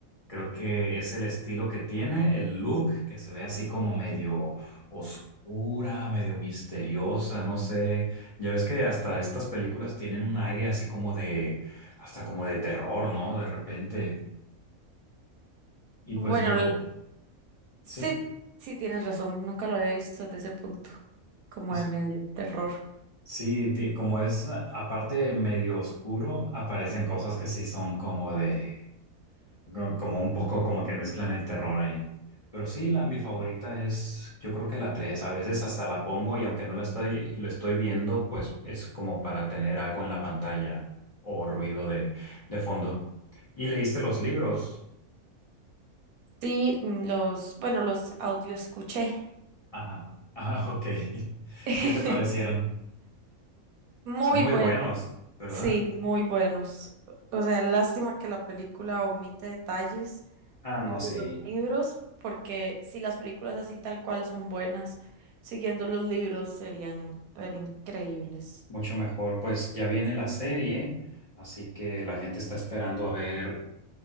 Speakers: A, on the left; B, on the right.
A: Creo que es el estilo que tiene, el look, que se ve así como medio oscura, medio misteriosa, no sé. Ya ves que hasta estas películas tienen un aire así como de, hasta como de terror, ¿no? De repente. Y
B: Bueno,
A: pues me gusta.
B: l- sí,
A: Sí.
B: sí tienes razón. Nunca lo había visto desde ese punto, como
A: Es
B: de medio terror.
A: Sí, ti- como es a- aparte medio oscuro, aparecen cosas que sí son como de, co- como un poco como que mezclan el terror ahí. Pero sí, la, mi favorita es, yo creo que la 3. a veces hasta la pongo y aunque no la estoy, lo estoy viendo, pues es como para tener algo en la pantalla o ruido de, de fondo. ¿Y leíste los libros?
B: Sí, mm, los, bueno, los audio escuché.
A: Ajá, ah, ok. <laughs>
B: <laughs>
A: ¿Qué te parecieron?
B: Muy
A: Son muy
B: buenos,
A: buenos, ¿verdad?
B: sí, muy buenos. O sea, lástima que la película omite detalles
A: Ah, no,
B: de
A: sí.
B: los libros, porque si las películas así tal cual son buenas, siguiendo los libros serían pero increíbles.
A: Mucho mejor. Pues ya viene la serie, así que la gente está esperando a ver